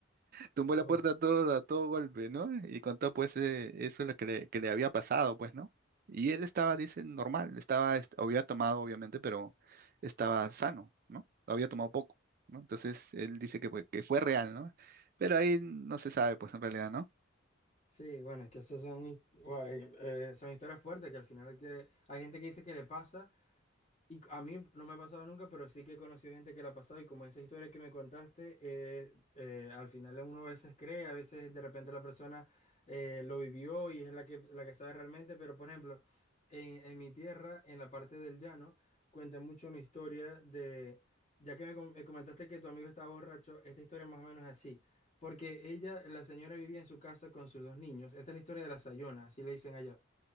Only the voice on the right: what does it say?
tumbó la
puerta a todo, a todo golpe, ¿no? Y contó pues eh, eso lo que le, que le había pasado, pues, ¿no? Y él estaba, dice, normal, estaba, est- había tomado, obviamente, pero estaba sano, ¿no? Había tomado poco, ¿no? Entonces él dice que, pues, que fue real, ¿no? Pero ahí no se sabe, pues, en realidad, ¿no?